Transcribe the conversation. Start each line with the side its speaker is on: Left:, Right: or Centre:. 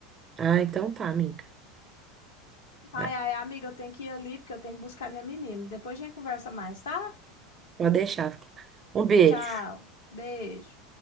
Right: Ah, então tá, amiga. Ah,
Left: Ai, ai, amiga, eu tenho que ir ali porque eu tenho que buscar minha menina. Depois a gente conversa mais, tá?
Right: Pode deixar. Um beijo.
Left: Tchau. Beijo.